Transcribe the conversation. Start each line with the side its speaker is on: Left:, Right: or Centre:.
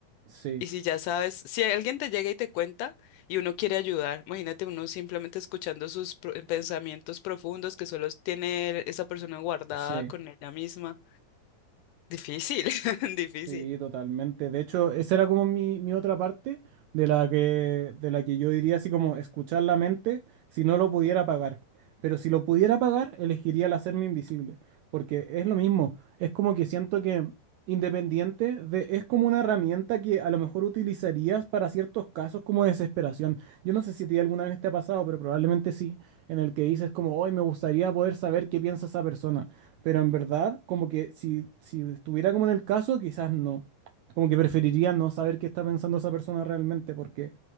Right: sí,
Left: Y si ya sabes, si alguien te llega y te cuenta y uno quiere ayudar, imagínate uno simplemente escuchando sus pro- pensamientos profundos que solo tiene esa persona guardada
Right: sí.
Left: con ella misma. Difícil, <laughs> difícil.
Right: Sí, totalmente. De hecho, esa era como mi, mi otra parte de la que, de la que yo diría así como escuchar la mente si no lo pudiera pagar. Pero si lo pudiera pagar, elegiría el hacerme invisible. Porque es lo mismo. Es como que siento que independiente de, es como una herramienta que a lo mejor utilizarías para ciertos casos como desesperación. Yo no sé si a ti alguna vez te ha pasado, pero probablemente sí, en el que dices como, hoy me gustaría poder saber qué piensa esa persona pero en verdad, como que si, si estuviera como en el caso, quizás no. Como que preferiría no saber qué está pensando esa persona realmente, porque